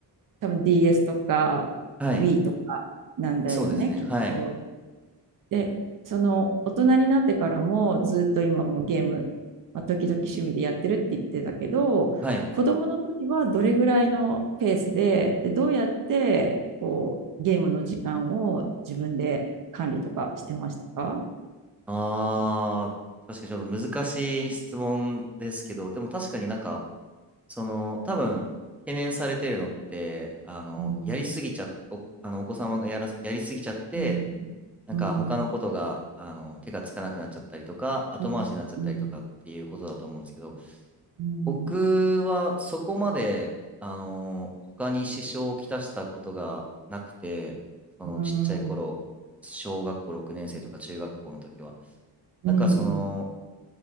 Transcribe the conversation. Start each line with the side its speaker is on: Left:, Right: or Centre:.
Right: 多分 DS とか
Centre: はい。
Right: Wii とかなんだよね、
Centre: そうですね。
Right: きっと。
Centre: はい。
Right: で、その大人になってからもずっと今もゲーム、ま時々趣味でやってるって言ってたけど、
Centre: はい。
Right: 子供の時はどれぐらいのペースで、で、どうやってこうゲームの時間を自分で管理とかしてましたか
Centre: あー、確かにちょっと難しい質問ですけど、でも確かになんか、その、多分、懸念されてるのって、あの、
Right: うん
Centre: やりすぎちゃ、お、あの、お子様がやらせ、やりすぎちゃって、
Right: うんうん
Centre: なんか他のことが、あの、手がつかなくなっちゃったりとか、後回しになっちゃったりとかっていうことだと思うんですけど、
Right: うんうんうん
Centre: 僕はそこまで、あの、他に支障をきたしたことがなくて、そのちっちゃい頃、
Right: うん
Centre: 小学校6年生とか中学校の時は、
Right: うんうん
Centre: なんかその、